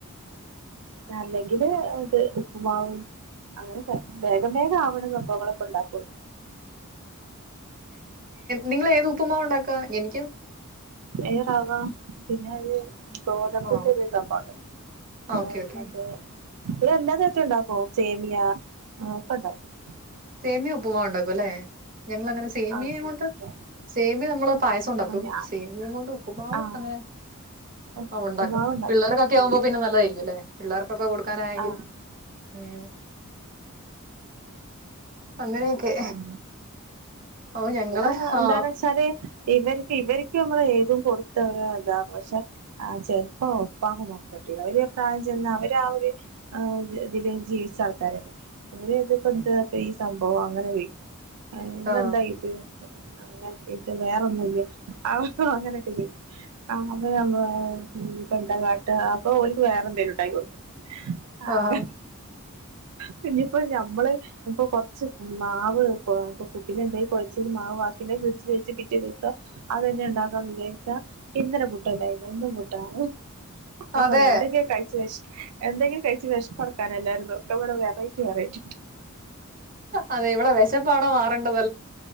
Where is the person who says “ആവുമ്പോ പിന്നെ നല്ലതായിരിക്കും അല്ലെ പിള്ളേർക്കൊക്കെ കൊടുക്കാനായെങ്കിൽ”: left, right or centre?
Right